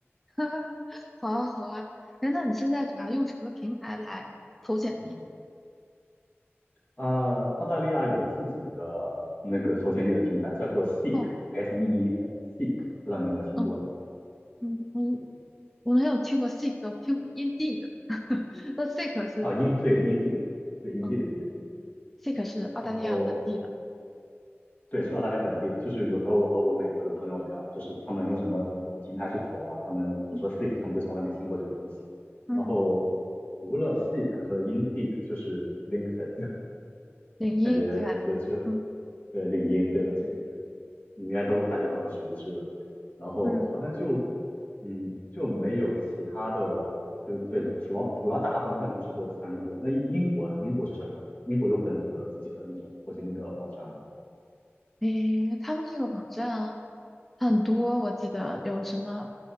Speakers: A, in the centre; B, on the left.
A: <laughs> 哈哈，好啊，好啊。哎，那你现在主要用什么平台来投简历？
B: 呃，澳大利亚有自己的那个投简历的平台，叫做 Seek，S
A: 哦，
B: E E K，Seek，不知道你有没有听过呢？
A: 嗯嗯嗯，我没有听过 Seek，我听过 Indeed。<laughs> 那 Seek 是，
B: 啊，英对英地，对英地的也有。
A: 嗯，Seek 是澳大利亚本地的，
B: 然后对，是澳大利亚本地的。就是有时候我和我美国的朋友聊，就是他们用什么平台去投啊，他们我说
A: 嗯
B: Seek，他们就从来没听过这个东西。
A: 嗯，
B: 然后除了 Seek 和 Indeed，就是 LinkedIn，
A: 领英对吧？
B: 感觉就就
A: 嗯
B: 对领英对吧？这个应该都大家都很熟知了。然后好像就
A: 嗯，
B: 嗯就没有其他的了。就对，主要主要大方向就是这三个。那英英国英国是什么样的？英国有本土的自己的那种或者那个网站吗？
A: 诶，他们这个网站很多，我记得有什么